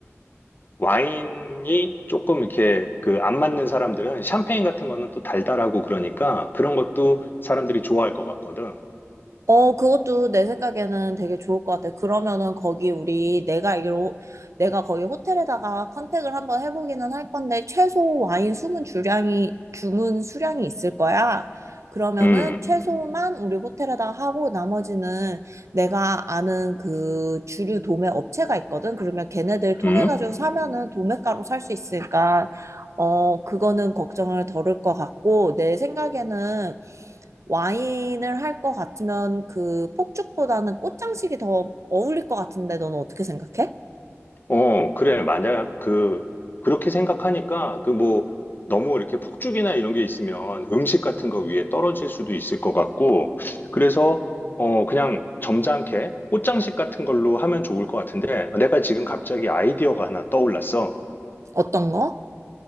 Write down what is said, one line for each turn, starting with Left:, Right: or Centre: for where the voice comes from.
Left: 와인이 조금 이렇게 그 안 맞는 사람들은 샴페인 같은 거는 또 달달하고 그러니까 그런 것도 사람들이 좋아할 것 같거든.
Right: 어, 그것도 내 생각에는 되게 좋을 것 같아. 그러면은 거기 우리 내가 알기로 내가 거기 호텔에다가 컨택을 한번 해보기는 할 건데 최소 와인 주문 주량이 주문 수량이 있을 거야. 그러면은
Left: 음,
Right: 최소만 우리 호텔에다가 하고 나머지는 내가 아는 그 주류 도매 업체가 있거든. 그러면 걔네들 통해
Left: 음,
Right: 가지고 사면은 도매가로 살 수 있으니까 어, 그거는 걱정을 덜을 것 같고 내 생각에는 와인을 할 것 같으면 그 폭죽보다는 꽃장식이 더 어울릴 것 같은데 너는 어떻게 생각해?
Left: 어, 그래. 만약 그, 그렇게 생각하니까 그 뭐 너무 이렇게 폭죽이나 이런 게 있으면 음식 같은 거 위에 떨어질 수도 있을 것 같고 그래서 어, 그냥 점잖게 꽃장식 같은 걸로 하면 좋을 것 같은데 내가 지금 갑자기 아이디어가 하나 떠올랐어.
Right: 어떤 거?